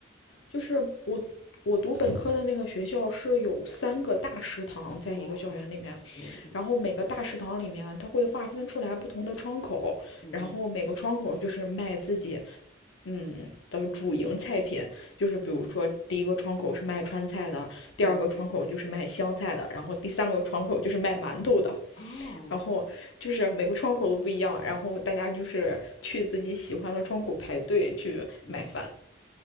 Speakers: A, on the left; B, on the left.
A: 就是我我读本科的那个学校是有三个大食堂在一个校园里面，
B: 哦，嗯嗯
A: 然后每个大食堂里面它会划分出来不同的窗口，
B: 嗯
A: 然后每个窗口就是卖自己。嗯的主营菜品，就是比如说第一个窗口是卖川菜的，第二个窗口就是卖湘菜的，
B: 嗯
A: 然后第三个窗口就是卖馒头的，
B: 嗯，哦。
A: 然后就是每个窗口都不一样，然后大家就是去自己喜欢的窗口排队去买饭。
B: 嗯